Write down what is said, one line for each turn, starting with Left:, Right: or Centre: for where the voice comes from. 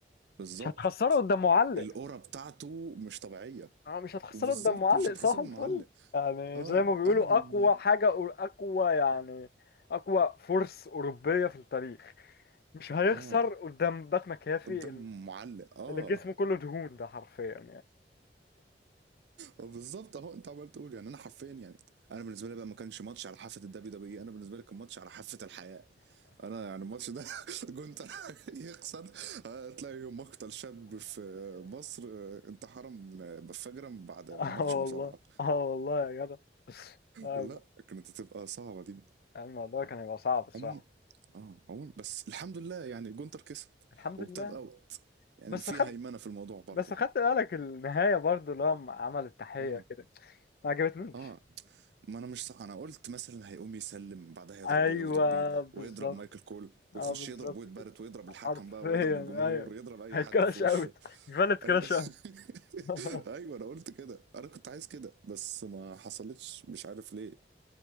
Right: بالظبط
Left: مش هتخسره قدام معلق
Right: القرى بتاعته مش طبيعية
Left: اه مش هتخسره
Right: وبالظبط
Left: قدام معلق
Right: مش هتخسره
Left: صح الفل
Right: معلق
Left: يعني
Right: اه
Left: زي ما بيقولوا
Right: انا من
Left: اقوى حاجه اقوى يعني اقوى فرس اوروبيه في التاريخ مش هيخسر
Right: اه
Left: قدام بات مكافي
Right: قدام معلق اه
Left: اللي جسمه كله دهون ده حرفيا يعني
Right: بالظبط اهو انت عمال تقول يعني انا حرفيا يعني انا بالنسبه لي بقى ما كانش ماتش على حافه الدبليو دبليو اي، انا بالنسبه لي كان ماتش على حافه الحياه انا يعني الماتش ده <laughs> جونتر <laughs> يخسر هتلاقي مقتل شاب في مصر انتحر من بفجرة بعد
Left: اه
Right: ماتش
Left: والله
Right: مصارعه
Left: اه والله يا جدع آه،
Right: لا كانت هتبقى صعبة دي
Left: الموضوع كان هيبقى صعب الصراحة
Right: عم اه عموما بس الحمد لله يعني جونتر كسب
Left: الحمد
Right: وبتاب
Left: لله
Right: اوت يعني
Left: بس
Right: في
Left: خدت
Right: هيمنة في الموضوع برضه
Left: بس خدت بالك النهاية برضو لما عمل التحية
Right: اه
Left: كده ما عجبتنيش
Right: اه ما انا مش صح. انا قلت مثلا هيقوم يسلم بعدها يضربه
Left: ايوه
Right: ويغدر بيه
Left: بالظبط
Right: ويضرب مايكل كول ويخش
Left: اه بالظبط
Right: يضرب ويد بارت
Left: كده
Right: ويضرب
Left: حرفيا
Right: الحكم بقى ويضرب الجمهور
Left: ايوه
Right: ويضرب اي
Left: هي
Right: حد
Left: كراش
Right: في وشه
Left: اوت فالت
Right: ايوه
Left: كراش اوت
Right: <laughs>
Left: <laughs>
Right: ايوه انا قلت كده انا كنت عايز كده بس ما حصلتش مش عارف ليه